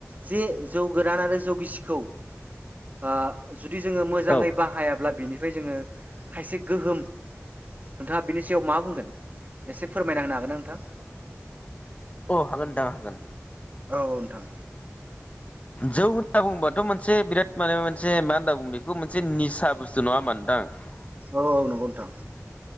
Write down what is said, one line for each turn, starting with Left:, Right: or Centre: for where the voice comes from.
Right: जे जौ गोदान आरो जौ गिसिखौ ओ जुदि जोङो मोजाङै
Left: औ
Right: बाहायाब्ला बेनिफ्राय जोङो खायसे गोहोम नोंथाङा बिनि सायाव मा बुंगोन एसे फोरमायना होनो हागोनना नोंथां
Left: हागोनदा हागोन
Right: औ औ नोंथां
Left: जौ होनना बुङोबाथ' मोनसे बिराद माने मोनसे मा होनना बुंङो बेखौ मोनसे निसा बुस्थु नङा होमबा नोंथां
Right: औ औ नंगौ नोंथां